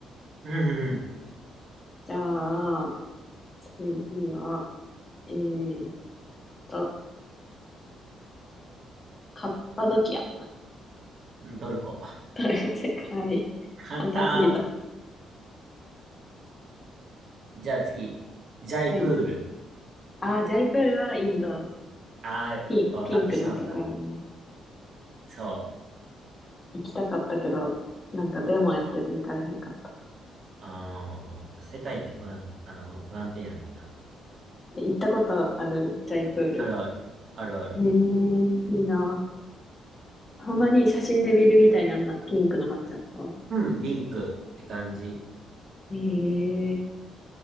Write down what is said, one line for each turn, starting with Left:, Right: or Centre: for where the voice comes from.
Right: うん、うん
Left: じゃあ、次は、えーっと、カッパドキア。
Right: うんトルコ。
Left: <laughs> 世界。
Right: 簡単。
Left: 簡単すぎた。
Right: じゃあ次。ジャイプール。
Left: はい。あー、ジャイプールはインド。
Right: ああ、やっぱ分かってしまうか。
Left: ピン、ピンクのとこやんな。
Right: そ
Left: 行きたかったけど、なんかデモやってて行かれへんかった。
Right: う。ああ、やっぱ世界って不安、あの、不安定やんねんな。
Left: え行ったことあるジャイプール。
Right: あるある。あるある。
Left: えー、いいなぁ。ほんまに写真で見るみたいにあんなピンクの街だった
Right: うん、リンクって感じ。
Left: ええ